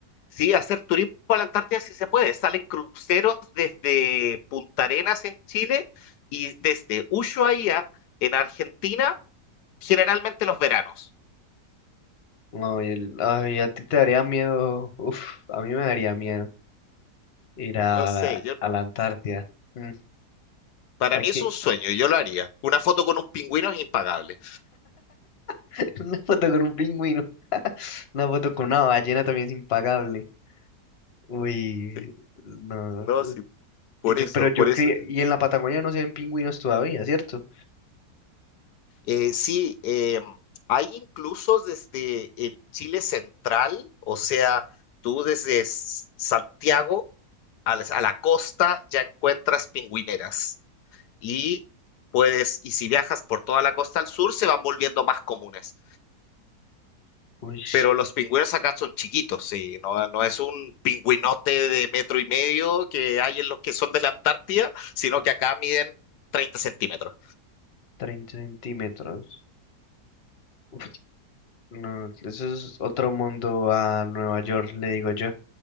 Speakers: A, on the left; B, on the left.
A: Sí, hacer turismo a la Antártida sí se puede. Salen cruceros desde Punta Arenas en Chile y desde Ushuaia en Argentina, generalmente los veranos.
B: No, y el- ay, a ti te daría miedo. Uf, a mí me daría miedo. Ir a
A: No sé,
B: la,
A: yo,
B: a la Antártida. Mm,
A: para
B: aquí,
A: mí es un sueño, yo lo haría. Una foto con un pingüino es impagable.
B: <laughs> una foto con un pingüino. <laughs> Una foto con una ballena también es impagable. Uy,
A: Sí,
B: no.
A: no, sí, por
B: Y Yo,
A: eso,
B: pero yo
A: por eso.
B: creo, y en la Patagonia no se ven pingüinos todavía, ¿cierto?
A: Eh, sí, eh, hay incluso desde el Chile central, o sea, tú desde S- Santiago a la a la costa ya encuentras pingüineras. y puedes, y si viajas por toda la costa al sur, se van volviendo más comunes.
B: Uy,
A: Pero los pingüinos acá son chiquitos, sí, no, no es un pingüinote de metro y medio que hay en los que son de la Antártida, sino que acá miden 30 centímetros.
B: 30 centímetros. Uf, no, eso es otro mundo a Nueva York, le digo yo.